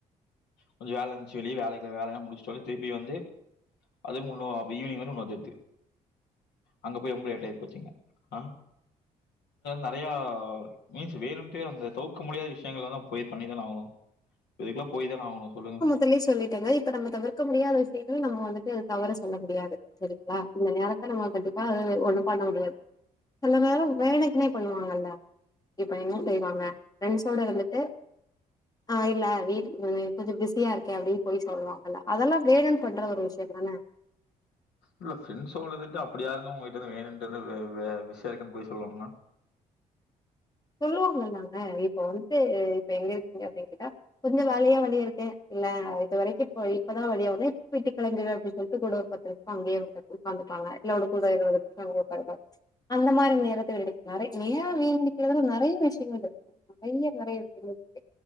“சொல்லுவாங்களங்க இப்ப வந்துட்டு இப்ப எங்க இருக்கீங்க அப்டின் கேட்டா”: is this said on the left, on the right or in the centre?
Left